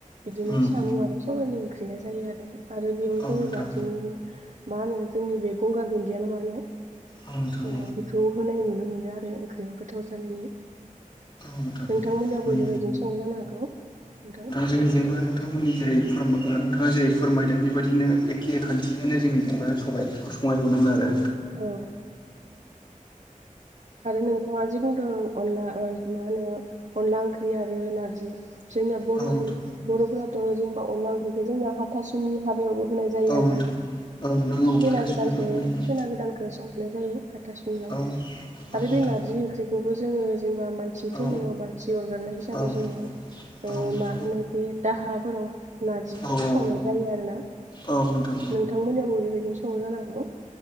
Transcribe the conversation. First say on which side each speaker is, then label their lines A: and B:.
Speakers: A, on the right (about 60°); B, on the left (about 35°).
A: बिदिनो
B: उम
A: साम' आरो सबाइनि ओंख्रि गैया जायो आरो आरो बेयाव
B: औ
A: जोङो
B: नोंथां
A: बांसिनै मा होनो जोंनि बे गंगार दुन्दियानो मा होनो
B: औ नोंथां औ
A: ओ बेखौ होनाय नुनो मोनो आरो ओं ख्रियाव गोथाव जानायनि
B: नोंथां
A: नोंथांमोननियावबो
B: उम
A: बेबायदिनो संङो जानो हागौ नोंथां।
B: जोंनिजोंबो नोंथांमोननि जेरै नोंथाङा जेरै फोरमाय दों बेबायदिनो एखे खान्थिजोंनो जोंनि जोंबा सबायाइ ओंख्रिखौ संनाय नुनो मोनो आरो।
A: औ आरो नोंथाङा जे बुंदों। अनला ओ मा होनो अनला ओंख्रि आरो नारजि जोंनिया बर'नि
B: आरो नोंथां
A: बर'फोराथ' जेनेबा अनला ओंख्रिखौ जोंनिया हाथासुनि हाबायावबो होनाय जायो।
B: औ नोंथां औ औ
A: आरोना
B: नोंथां औ नोंथां ओ
A: खैना
B: हाथासुनि
A: गोदानखौ
B: हाबायावबो होयो।
A: खैना गोदानखौ संहोनाय जायो हाथासुनियाव
B: औ औ
A: आरो
B: नोंथां
A: बे नारजि ओंख्रिखौबो जोङो जेनेबा मानसि
B: औ
A: थैनायाव मानसि अरगारनाय हिसाबै
B: औ
A: जोङो
B: नोंथां
A: ओ मा होनो बे दाहाफोराव नारजिखौ
B: औ औ
A: संनाय जायो आरोना।
B: औ नोंथां
A: नोंथांमोननियावबो बेबायदिनो संङो जानो हागौ।